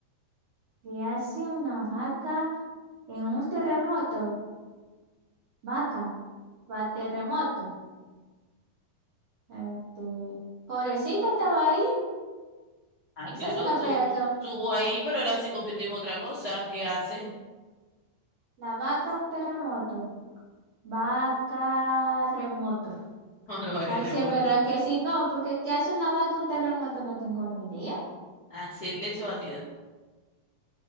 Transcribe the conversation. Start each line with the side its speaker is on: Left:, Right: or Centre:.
Right: ¿Qué hace una vaca en un terremoto? Vaca, va terremoto. Este, pobrecita estaba ahí.
Left: Ah,
Right: Eso
Left: claro,
Right: sí no
Left: tú,
Right: pega con
Left: estuvo ahí, pero ahora se convirtió en otra cosa. ¿Qué hace?
Right: la vaca un terremoto. Vaca remoto.
Left: <laughs> Una vaca
Right: Ay,
Left: rebota.
Right: sí es verdad que sí, no, porque ¿qué hace una vaca un terremoto? No tengo ni idea.
Left: Hace leche batida.